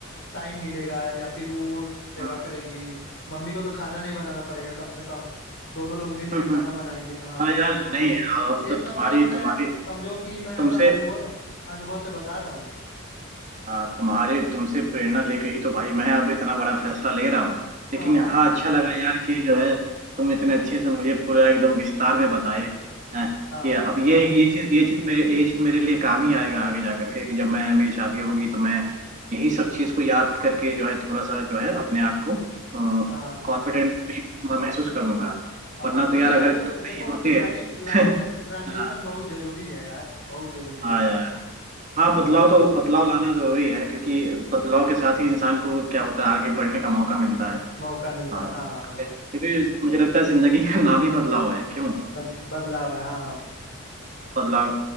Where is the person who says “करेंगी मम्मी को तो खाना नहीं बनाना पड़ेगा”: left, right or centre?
Left